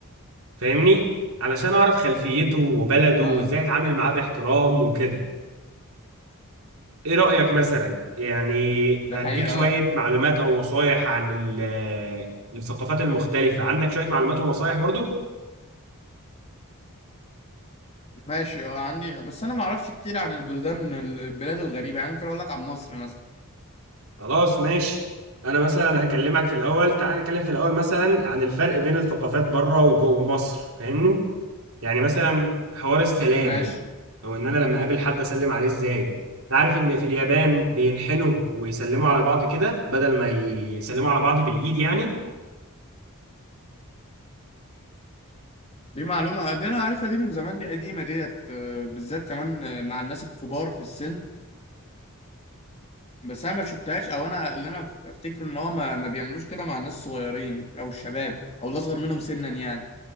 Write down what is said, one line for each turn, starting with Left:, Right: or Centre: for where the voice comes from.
Right: فاهمني علشان اعرف خلفيته وبلده
Left: اه
Right: وازاي اتعامل معاه باحترام وكده ايه رأيك مثلا يعني
Left: ده
Right: اديك
Left: حقيقة
Right: شوية
Left: اه
Right: معلومات او نصايح عن ال- الثقافات المختلفة عندك شوية معلومات ونصايح برضو
Left: ماشي اه عندي بس انا ما اعرفش كتير عن البلدان البلاد الغريبة يعني ممكن اقول لك عن مصر مثلا
Right: خلاص ماشي انا مثلا هكلمك في الاول تعال نتكلم في الاول مثلا عن الفرق بين الثقافات بره وجوه مصر فاهمني يعني مثلا حوار السلام
Left: ماشي
Right: او ان انا لما اقابل حد اسلم عليه ازاي تعرف ان في اليابان بينحنوا ويسلموا على بعض كده بدل ما يسلموا على بعض بالايد يعني
Left: دي معلومة دي انا عارفها دي من زمان دي قديمة ديت آه، بالذات كمان آه، مع الناس الكبار في السن بس انا ما شفتهاش او انا اللي انا افتكره ان هو ما, ما بيعملوش كده مع الناس الصغيرين او الشباب او الاصغر منهم سنا يعني